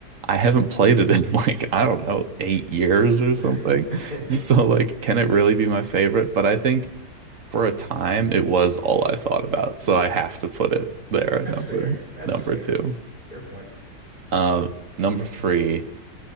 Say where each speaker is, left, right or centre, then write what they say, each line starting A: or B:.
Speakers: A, on the right; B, on the right.
A: I haven't played it in <laughs> like, I don't know, eight years or
B: <laughs>
A: something. So like, can it really be my favorite? But I think for a time it was all I thought about. So I have to put it there
B: That's
A: at number
B: fair. That's
A: number
B: fair.
A: two.
B: Fair point.
A: Uh, number three